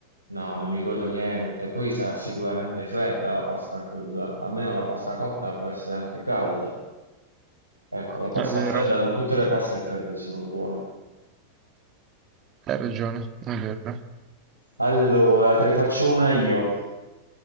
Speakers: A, on the right (about 85°); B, on the right (about 30°).
A: no, non mi godo niente, poi sarà sicuramente fredda la pasta cruda, almeno la pasta cotta può essere anche calda. Ecco, la pasta
B: È vero,
A: fredda, non tutte le paste fredde sono buone.
B: hai ragione, è vero.
A: Allora, te ne faccio una io.